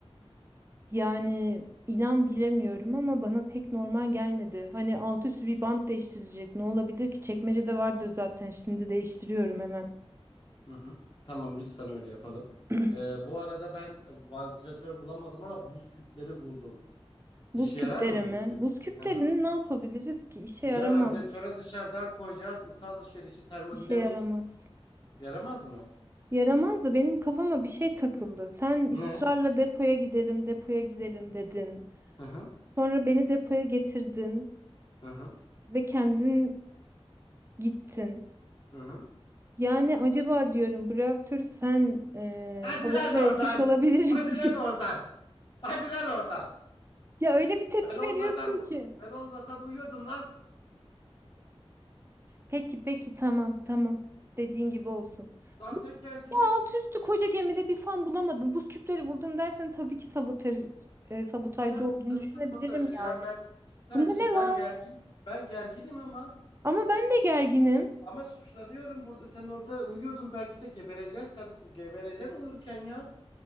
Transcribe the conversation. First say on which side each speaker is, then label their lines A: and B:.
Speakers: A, on the right; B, on the left.
A: Yani inan bilemiyorum ama bana pek normal gelmedi. Hani alt üstü bir bant değiştirilecek. Ne olabilir ki? Çekmecede vardır zaten. Şimdi değiştiriyorum hemen.
B: Hı hı. Tamam lütfen öyle yapalım.
A: <clears throat>
B: Ee, bu arada ben e, vantilatör bulamadım ama buz küpleri buldum. İşe
A: Buz küpleri
B: yarar mı
A: mi?
B: buz küpleri?
A: Buz küplerini
B: Hı hı.
A: ne yapabiliriz ki? İşe
B: Ya
A: yaramaz.
B: radyatöre dışarıdan koyacağız ısı alışverişi termodinamik.
A: İşe yaramaz.
B: Yaramaz mı?
A: Yaramaz da benim kafama bir şey takıldı. Sen
B: Ne?
A: ısrarla depoya gidelim, depoya gidelim dedin.
B: Hı hı.
A: Sonra beni depoya getirdin
B: Hı hı.
A: ve kendin gittin.
B: Hı hı.
A: Yani acaba diyorum bu reaktörü sen eee
B: Hadi
A: sabote
B: lan oradan.
A: etmiş olabilir
B: Hadi
A: misin?
B: lan oradan.
A: <laughs>
B: Hadi lan oradan.
A: Ya öyle bir tepki
B: Ben olmasam
A: veriyorsun
B: bu.
A: ki.
B: Ben olmasam uyuyordun lan.
A: Peki peki tamam tamam dediğin gibi olsun.
B: Zaten gerginim.
A: Ya alt üstü koca gemide bir fan bulamadım buz küpleri buldum dersen tabii ki sabotaj, e, sabotajcı
B: Bırak
A: olduğunu
B: sabotajı
A: düşünebilirim
B: ya
A: yani.
B: ben sadece
A: Bunda ne
B: ben
A: var?
B: gergin ben gerginim ama
A: Ama ben de gerginim.
B: ama suçlanıyorum burada sen orada uyuyordun belki de gebereceksin sen gebereceksin uyurken ya.